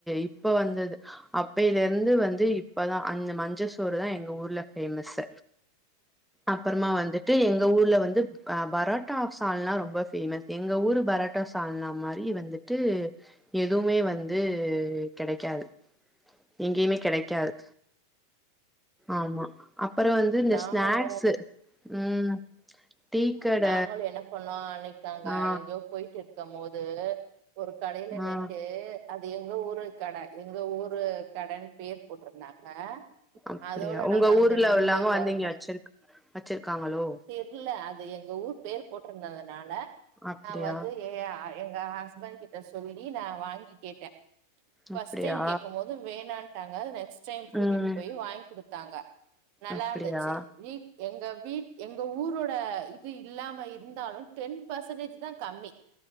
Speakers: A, in the centre; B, on the right.
A: இப்ப வந்தது அப்பைல இருந்து வந்து இப்பதா அந்த மஞ்ச சோறு தா எங்க ஊர்ல பேமஸ் அப்பறமா வந்துட்டு எங் உங்க ஊர்ல வந்து பரோட்டா சால்னா ரொம்ப பேமஸ் எங்க ஊரு பரோட்டா சால்னா மாரி வந்து ட்டு எதுவுமே வந்து கெடைக்காது எங்கேயுமே கெடைக்காது ஆமா அப்பறோ வந்து இந்த
B: நாங்களு
A: ஸ்நாக்ஸ் ம் டீ கட
B: நாங்களு என்ன பண்ணோ அன்னைக்கு அங்க
A: ஆ
B: எங்கயோ போய்ட்டு இருக்கு போது ஒரு கடையில
A: ஆ
B: நிண்டு அது எங்க ஊரு கட எங்க ஊரு கடனு பேர் போட்டிருந்தாங்க
A: அப்டியா
B: அதோட
A: உங்க
B: நாங்க
A: ஊர்ல
B: அங்க நிண்டு
A: உள்ளவங்க வந்து
B: பொரட்டா
A: இங்க வச்சிரு வச்சிருக்காங்களோ
B: தெர்ல அது எங்க ஊர் பேர் போட்டிருந்ததுனால
A: அப்டியா
B: நா வந்து எ எங்க ஹஸ்பண்ட் கிட்ட சொல்லி நா வாங்கி கேட்ட
A: அப்டியா
B: பஸ்ட் டைம் கேட்குபோது ம் வேணான்ட்டாங்க நெக்ஸ்ட் டைம் கூட்டிட்டு
A: ம்
B: போய் வாங்கி கொடுத்தாங்க நல்லா
A: அப்டியா
B: இருந்துச்சு வீ எங்க வீ எங்க ஊரோட இது இல்லாம இருந்தாலு டென் பர்சன்டேஜ் தா கம்மி